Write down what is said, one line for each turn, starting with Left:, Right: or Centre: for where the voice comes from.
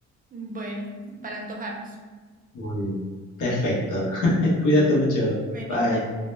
Right: Bueno, para antojarnos.
Left: Muy bien. Perfecto. <laughs> Cuídate mucho.
Right: Bueno,
Left: Bye.
Right: igual.